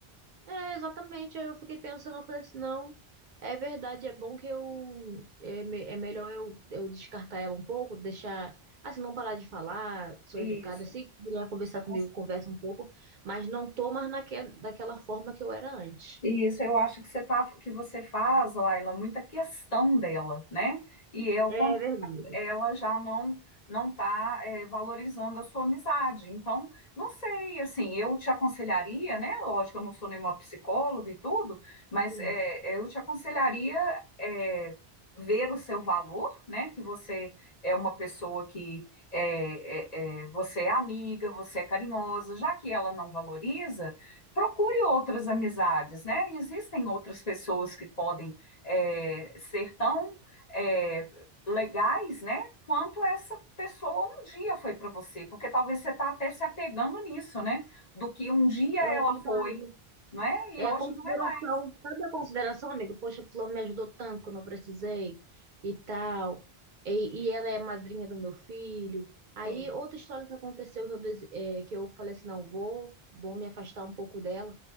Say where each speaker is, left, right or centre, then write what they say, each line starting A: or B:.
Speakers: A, on the right (about 55°); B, on the left (about 45°).
A: É, exatamente. Aí eu fiquei pensando, eu falei assim, não, é verdade, é bom que eu é, me- é melhor eu, eu descartar ela um pouco, deixar assim, não parar de falar, sou
B: Isso.
A: educada, se quiser conversar
B: Você tá-
A: comigo, conversa um pouco, mas não tô mais naque, daquela forma que eu era antes.
B: Isso, eu acho que você tá, que você faz, Laila, muita questão dela, né? E é o
A: É verdade,
B: ela já não não está é, valorizando a sua amizade. Então, não sei, assim, eu te aconselharia, né? Lógico, eu não sou nenhuma psicóloga e tudo, mas
A: sim.
B: é, eu te aconselharia é, ver o seu valor, né? Que você é uma pessoa que é, é, é, você é amiga, você é carinhosa, já que ela não valoriza, procure outras amizades, né? Existem outras pessoas que podem é, ser tão é, legais, né? Quanto essa pessoa um dia foi para você, porque talvez você está até se apegando nisso, né? Do que um dia
A: É
B: ela
A: verdade.
B: foi, não é? E
A: É
B: hoje
A: a consideração,
B: não é mais.
A: sabe a consideração, amigo? Poxa, fulano me ajudou tanto quando eu precisei e tal. E, e ela é madrinha do meu filho. Aí,
B: Sim,
A: outra história que aconteceu que eu, dese- é, que eu falei assim, não, vou, vou me afastar um pouco dela,